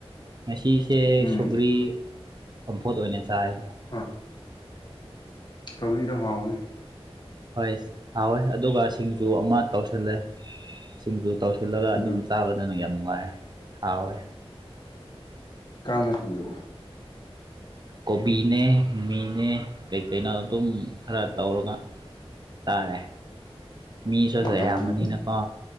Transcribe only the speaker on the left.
ꯎꯝ
ꯎꯝ ꯁꯧꯒ꯭ꯔꯤꯗꯣ ꯍꯥꯎꯕꯅꯦ
ꯁꯤꯡꯖꯨ
ꯀꯔꯝꯕ ꯁꯤꯡꯖꯨ
ꯎꯝ
ꯎꯝ